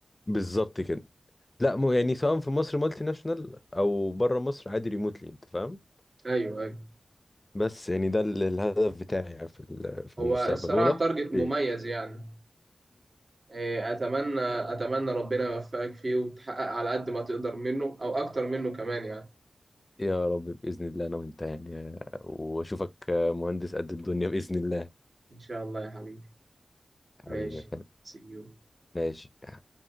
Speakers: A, on the left (about 30°); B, on the right (about 45°).
A: بالظبط كده لا مو يعني سواء في مصر مالتي ناشونال او بره مصر عادي ريموتلي انت فاهم
B: ايوه ايوه
A: بس يعني ده ال- الهدف بتاعي يعني في ال- في
B: هو
A: المستقبل
B: الصراحه
A: ولو
B: تارجت مميز
A: ليه
B: يعني إيه، اتمنى اتمنى ربنا يوفقك فيه وتحقق على قد ما تقدر منه او اكتر منه كمان يعني
A: يا رب بإذن الله أنا وأنت يعني وأشوفك مهندس قد الدنيا بإذن الله
B: ان شاء الله يا حبيبي ماشي
A: حبيبي يا فندم
B: see you
A: ماشي